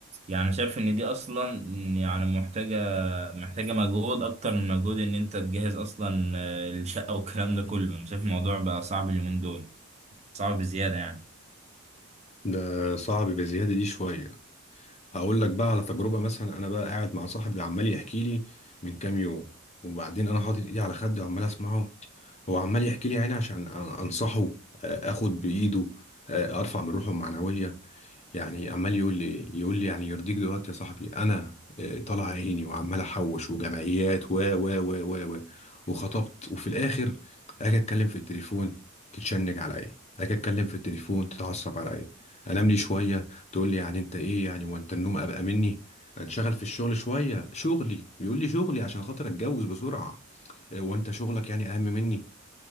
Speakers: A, on the right; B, on the left.
A: يعني شايف ان دي اصلا يعني محتاجة محتاجة مجهود أكتر من مجهود إن أنت تجهز أصلا آه، الشقة والكلام ده كله أنا شايف الموضوع بقى صعب اليومين دول صعب بزيادة يعني
B: ده صعب بزياده دي شويه هقول لك بقى على تجربة مثلا أنا بقى قاعد مع صاحبي عمال يحكي لي من كام يوم وبعدين أنا حاطط إيدي على خدي وعمال أسمعه هو عمال يحكي لي يعني عشان أ- أنصحه آه، آخد بإيده آه، أرفع من روحه المعنوية يعني عمال يقول لي يقول لي يعني يرضيك دلوقتي يا صاحبي انا آه، طالع عيني وعمال احوش وجمعيات و و و و و وخطبت وفي الاخر اجي اتكلم في التليفون تتشنج على ايه اجي اتكلم في التليفون تتعصب على ايه انام لي شويه تقول لي يعني انت ايه يعني وانت النوم ابقى مني انشغل في الشغل شويه شغلي بيقول لي شغلي عشان خاطر اتجوز بسرعه آه، وانت شغلك يعني اهم مني